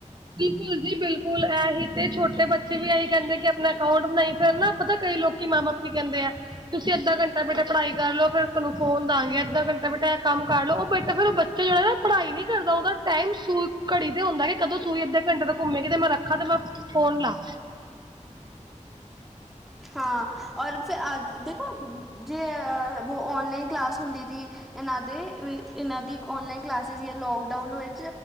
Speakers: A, on the right; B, in the centre.
A: ਬਿਲਕੁਲ ਜੀ, ਬਿਲਕੁਲ। ਇਹੀ ਤੇ ਛੋਟੇ ਬੱਚੇ ਵੀ ਇਹੀ ਕਹਿੰਦੇ ਕਿ ਆਪਣਾ ਅਕਾਊਂਟ ਬਣਾਈ। ਫਿਰਨਾ ਪਤਾ ਕਈ ਲੋਕ ਕੀ ਮਾਂ ਬਾਪ ਕੀ ਕਹਿੰਦੇ ਐ। ਤੁਸੀਂ ਅੱਧਾ ਘੰਟਾ ਬੇਟਾ ਪੜ੍ਹਾਈ ਕਰਲੋ। ਫਿਰ ਤਹਾਨੂੰ ਫ਼ੋਨ ਦਾਂ ਗੇ। ਅੱਧਾ ਘੰਟਾ ਬੇਟਾ ਐਹ ਕੰਮ ਕਰਲੋ। ਉਹ ਬੈਠਾ ਫਿਰ ਉਹ ਬੱਚਾ ਜਿਹੜਾ ਨਾ ਉਹ ਪੜ੍ਹਾਈ ਨੀ ਕਰਦਾ। ਉਹਦਾ ਟਾਈਮ ਸੂ ਘੜੀ ਤੇ ਹੁੰਦਾ ਕੇ ਕਦੋਂ ਸੂਈ ਅੱਧੇ ਘੰਟੇ ਤੋਂ ਘੁੰਮੇਗੀ ਤੇ ਮੈਂ ਰੱਖਾ ਤੇ ਮੈਂ ਫ਼ੋਨ ਲਾ
B: ਹਾਂ, ਔਰ ਫ, ਅੱ ਦੇਖੋ, ਜੇ ਬ ਔਨਲਾਈਨ ਕਲਾਸ ਹੁੰਦੀ ਦੀ ਇਹਨਾਂ ਦੇ, ਇਹਨਾਂ ਦੀ ਔਨਲਾਈਨ ਕਲਾਸਜ ਲੋਕਡਾਊਨ ਵਿੱਚ